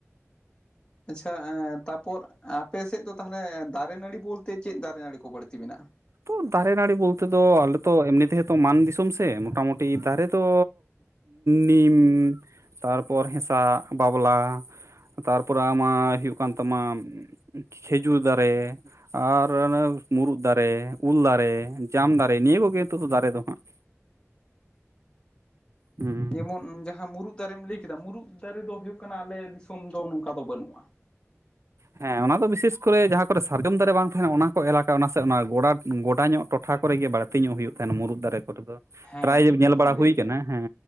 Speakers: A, on the left (about 20°); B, on the right (about 65°).
A: ᱟᱪᱪᱷᱟ ᱮᱸ ᱛᱟᱯᱚᱨ ᱟᱯᱮ ᱥᱮᱫ ᱫᱚ ᱛᱟᱦᱚᱞᱮ ᱫᱟᱨᱮ ᱱᱟᱹᱲᱤ ᱵᱚᱞᱛᱮ ᱪᱮᱫ ᱫᱟᱨᱮ ᱱᱟᱹᱲᱤ ᱠᱚ ᱵᱟᱹᱲᱛᱤ ᱢᱮᱱᱟᱜᱼᱟ?
B: ᱛᱚ ᱫᱟᱨᱮ ᱱᱟᱹᱲᱤ ᱵᱚᱞᱛᱮ ᱫᱚ ᱟᱞᱮ ᱛᱚ ᱮᱢᱱᱤ ᱛᱮᱦᱚ ᱛᱚ ᱢᱟᱱ ᱫᱤᱥᱚᱢ ᱥᱮ ᱢᱚᱴᱟᱢᱩᱴᱤ ᱫᱟᱨᱮ ᱫᱚ ᱱᱤᱢ ᱛᱟᱨᱯᱚᱨ ᱦᱮᱸᱥᱟᱜ, ᱵᱟᱵᱞᱟ ᱛᱟᱨᱯᱚᱨᱮ ᱟᱢᱟᱜ ᱦᱩᱭᱩᱜ ᱠᱟᱱ ᱛᱟᱢᱟ ᱾ ᱠᱷᱮᱡᱩᱨ ᱫᱟᱨᱮ ᱟᱨ ᱚᱱᱮ ᱢᱩᱨᱩᱫ ᱫᱟᱨᱮ᱾ ᱩᱞ ᱫᱟᱨᱮ, ᱡᱟᱢ ᱫᱟᱨᱮ ᱱᱤᱭᱟᱹ ᱠᱚᱜᱮ ᱱᱤᱛᱚᱜ ᱫᱚ ᱫᱟᱨᱮ ᱫᱚ ᱦᱟᱸᱜ ᱾ ᱦᱩᱸ
A: ᱡᱮᱢᱚᱱ ᱡᱟᱦᱟᱸ ᱢᱩᱨᱩᱫ ᱫᱟᱨᱮᱢ ᱞᱟᱹᱭ ᱠᱮᱫᱟ ᱢᱩᱨᱩᱫ ᱫᱟᱨᱮ ᱫᱚ ᱦᱩᱭᱩᱜ ᱠᱟᱱᱟ ᱟᱞᱮ ᱫᱤᱥᱚᱢ ᱫᱚ ᱱᱚᱝᱠᱟ ᱫᱚ ᱵᱟᱹᱱᱩᱜᱼᱟ ᱾
B: ᱦᱮᱸ ᱚᱱᱟ ᱫᱚ ᱵᱤᱥᱮᱥ ᱠᱚᱨᱮ ᱡᱟᱦᱟᱸ ᱠᱚᱨᱮ ᱥᱟᱨᱡᱚᱢ ᱫᱟᱨᱮ ᱵᱟᱝ ᱛᱟᱦᱮᱱᱟ ᱚᱱᱟ ᱠᱚ ᱮᱞᱟᱠᱟ ᱚᱱᱟ ᱥᱮ ᱚᱱᱟ ᱜᱚᱰᱟ ᱜᱚᱰᱟ ᱧᱚᱜ ᱴᱚᱴᱷᱟ ᱠᱚᱨᱮ ᱜᱮ ᱵᱟᱹᱲᱛᱤ ᱧᱚᱜ ᱦᱩᱭᱩᱜ ᱛᱟᱦᱮᱸᱱᱟ ᱢᱩᱨᱩᱫ ᱫᱟᱨᱮ ᱠᱚᱨᱮ ᱫᱚ
A: ᱦᱮᱸ
B: ᱯᱨᱟᱭ
A: ᱴᱷᱤᱠ
B: ᱧᱮᱞ
A: ᱠᱟᱛᱷᱟᱢ
B: ᱵᱟᱲᱟ
A: ᱞᱟᱹᱭ
B: ᱦᱩᱭ
A: ᱟᱠᱟᱫᱟ᱾
B: ᱠᱟᱱᱟ ᱦᱮᱸ